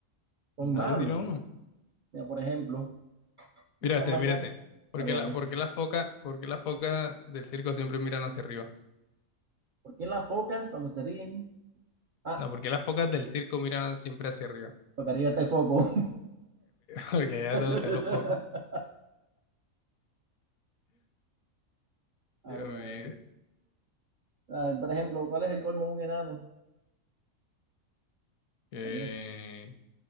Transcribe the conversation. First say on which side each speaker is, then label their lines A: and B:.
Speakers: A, on the right (about 65°); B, on the left (about 80°).
A: son
B: No
A: malos.
B: le dirá uno.
A: Mira, por ejemplo,
B: Mírate,
A: esta mañana,
B: mírate. ¿Por
A: a
B: qué,
A: ver, a
B: la,
A: ver,
B: por qué las focas, por qué las focas del circo siempre miran hacia arriba?
A: ¿por qué las focas cuando se ríen? Ah,
B: No, porque las focas del circo miran siempre hacia arriba?
A: porque arriba está el foco.
B: Porque ya
A: <laughs>
B: donde están los <laughs> poco
A: A
B: Dios
A: ver,
B: mío.
A: a ver. A ver, por ejemplo, ¿cuál es el colmo de un enano?
B: Que,
A: A ver,